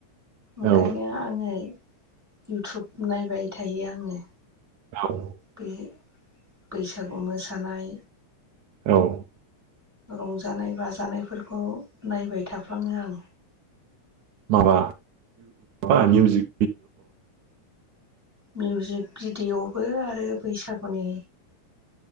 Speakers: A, in the centre; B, on the right.
A: ओंखायनो
B: औ
A: आङो इउटुब नायबाय थायो आङो
B: व
A: बे बैसागु मोसानाय
B: औ
A: रंजानाय बाजानायफोरखौ नायबाय थाफ्लाङो आं
B: माबा माबा मिउजिक
A: मिउजिक भिडिय'आवबो आरो बैसागुनि